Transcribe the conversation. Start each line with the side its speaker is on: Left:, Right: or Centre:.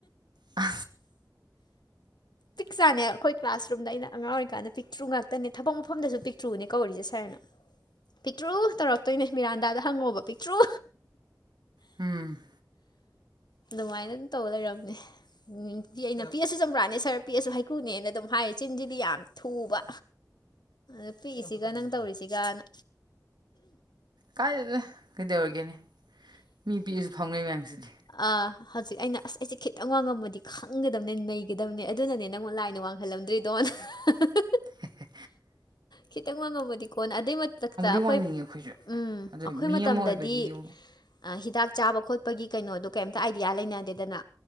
Right: ꯑ
Left: ꯄꯤꯛ ꯆꯥꯅꯦ ꯑꯩꯈꯣꯏ ꯀ꯭ꯂꯥꯁꯔꯨꯝꯗꯩꯅ ꯑꯉꯥꯡ ꯑꯣꯏꯔꯤꯀꯥꯟꯗ ꯄꯤꯛꯇ꯭ꯔꯨ ꯉꯥꯛꯇꯅꯦ ꯊꯕꯛ ꯃꯐꯝꯗꯁꯨ ꯄꯤꯛꯇ꯭ꯔꯨꯅꯦ ꯀꯧꯔꯤꯁꯦ ꯁꯥꯔꯅ ꯄꯤꯛꯇ꯭ꯔꯨ ꯇꯧꯔꯛꯇꯣꯏꯅꯦ ꯃꯤꯔꯥꯟꯗꯥꯗ ꯍꯪꯉꯣꯕ ꯄꯤꯛꯇ꯭ꯔꯨ
Right: ꯎꯝ
Left: ꯑꯗꯨꯃꯥꯏꯅ ꯑꯗꯨꯝ ꯇꯧꯕ ꯂꯩꯔꯝꯅꯦ ꯎꯝ ꯑꯩꯅ ꯄꯤꯛꯑꯁꯨ ꯆꯝꯄ꯭ꯔꯥꯅꯦ ꯁꯥꯔ ꯄꯦꯛꯑꯁꯨ aꯍꯩꯀ꯭ꯔꯨꯅꯦꯅ ꯑꯗꯨꯝ ꯍꯥꯏꯔꯦ ꯆꯤꯟꯁꯤꯗꯤ ꯌꯥꯝꯃꯦ ꯊꯨꯕ ꯑ ꯄꯤꯛꯏꯁꯤꯒ ꯅꯪ ꯇꯧꯔꯤꯁꯤꯒꯅ
Right: ꯀꯥꯏꯗꯅ ꯀꯩꯗꯧꯔꯒꯦꯅꯦ ꯃꯤ ꯄꯤꯛꯑꯁꯨ ꯐꯥꯎꯅꯩ ꯃꯌꯥꯝꯁꯤꯗꯤ
Left: ꯑ ꯍꯧꯖꯤꯛ ꯑꯩꯅ ꯑꯁ ꯑꯩꯁꯦ ꯈꯤꯇꯪ ꯋꯥꯡꯉꯝꯃꯗꯤ ꯈꯪꯒꯗꯕꯅꯦ ꯅꯩꯒꯗꯕꯅꯦ ꯑꯗꯨꯅꯅꯦ ꯅꯪꯉꯣꯟ ꯂꯥꯏꯅ ꯋꯥꯡꯈꯜꯂꯝꯗ꯭ꯔꯤꯗꯣ <unintelligible>
Right: ꯍ
Left: ꯈꯤꯇꯪ ꯃꯥꯡꯉꯕꯗꯤꯀꯣꯟ ꯑꯗꯨꯏ ꯃꯊꯛꯇ ꯑꯩꯈꯣꯏ
Right: ꯋꯥꯡꯅꯤꯡꯉꯦ ꯑꯩꯈꯣꯏꯁꯨ
Left: ꯎꯝ
Right: ꯑꯗꯣ
Left: ꯑꯩꯈꯣꯏ
Right: ꯃꯤ
Left: ꯃꯇꯝꯗꯗꯤ
Right: ꯑꯃ ꯑꯣꯏꯕꯒꯤꯗꯤ
Left: ꯍꯤꯗꯥꯛ ꯆꯥꯕ ꯈꯣꯠꯄꯒꯤ ꯀꯩꯅꯣꯗꯣ ꯀꯩꯝꯇ ꯑꯥꯏꯗꯤꯌꯥ ꯂꯩꯅꯗꯦꯗꯅ